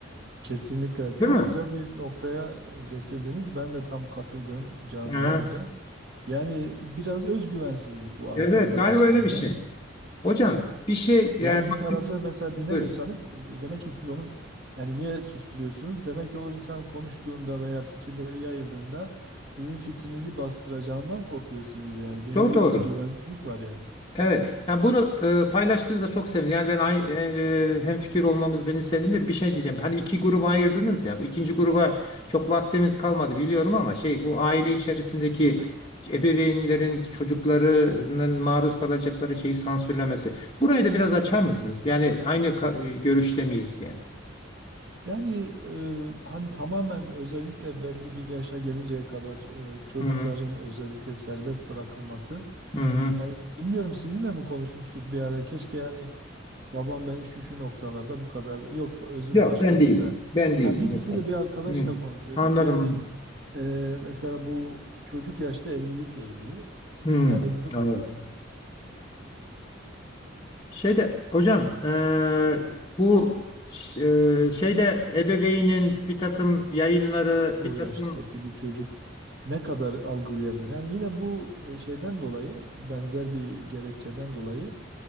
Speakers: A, on the right; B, on the left.
A: Kesinlikle çok
B: Değil mi?
A: güzel bir noktaya getirdiniz. Ben de tam katıldığım canı
B: Ha,
A: gönülden. Yani biraz özgüvensizlik bu aslında
B: evet,
A: bir
B: galiba
A: açıdan
B: öyle bir şey.
A: da.
B: Hocam bir şey
A: Yani
B: yani
A: bir tarafı mesela dinlemiyorsanız
B: buyurun.
A: e, demek ki siz onun yani niye susturuyorsunuz? Demek ki o insan konuştuğunda veya fikirleri yayıldığında sizin fikrinizi bastıracağından korkuyorsunuz yani. Böyle
B: Çok
A: bir
B: doğru.
A: özgüvensizlik var yani.
B: Evet. Yani bunu e, paylaştığınızda çok sevindim. Yani ben aynı hem fikir olmamız beni sevindir. Bir şey diyeceğim. Hani iki gruba ayırdınız ya. Bu İkinci gruba çok vaktimiz kalmadı biliyorum ama şey bu aile içerisindeki ebeveynlerin çocuklarının maruz kalacakları şeyi sansürlemesi. Burayı da biraz açar mısınız? Yani aynı ka- e, görüşte miyiz diye.
A: Yani e, hani tamamen özellikle belli bir yaşa gelinceye kadar e, çocukların
B: Hı hı.
A: özellikle serbest bırakılması.
B: Hı hı.
A: Yani bilmiyorum sizinle mi konuşmuştuk bir ara? Keşke yani Babam beni şu şu noktalarda bu kadar yok özür
B: Yok
A: başkasıyla.
B: ben değilim. Ben değilim.
A: Ha, birisiyle
B: Yok.
A: bir arkadaşla
B: Hı.
A: konuşuyorduk.
B: Anladım.
A: Yani e, mesela bu çocuk yaşta evlilikle ilgili.
B: Hmm,
A: Yani bu-
B: anladım. Şeyde hocam eee, bu ş- eee, şeyde ebeveynin bir takım yayınları
A: o
B: bir takım
A: yaştaki bir çocuk ne kadar algılayabilir? Yani yine bu e, şeyden dolayı benzer bir gerekçeden dolayı